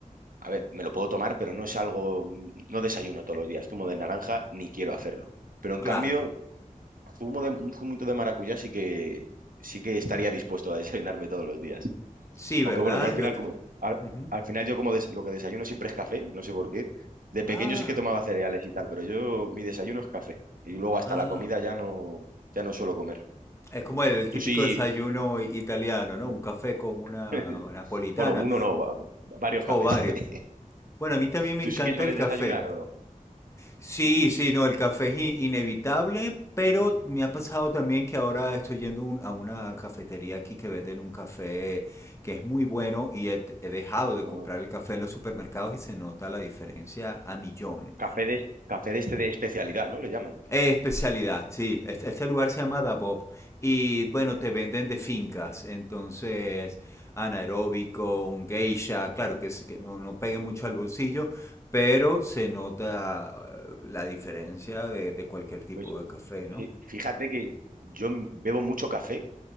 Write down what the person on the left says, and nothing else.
claro.
Sí, ¿verdad?
Yo creo.
Ujú.
Ah,
ah.
Es como el típico
desayuno i- italiano, ¿no?
Un café con una
napolitana
o
varios.
Bueno, a mí también me
encanta
el café.
Sí,
sí,
no, el café es i- inevitable, pero me ha
pasado también que ahora estoy yendo un- a una cafetería aquí que venden un café que es muy bueno y he, he dejado de
comprar el café en los supermercados y se nota la diferencia a millones.
Eh, especialidad, sí. Este, este lugar se llama Dabob. Y bueno, te venden de fincas. Entonces, anaeróbico, un geisha, claro que, sí, que no, no pegue mucho al bolsillo, pero se nota eh, la diferencia de, de cualquier tipo
de café, ¿no?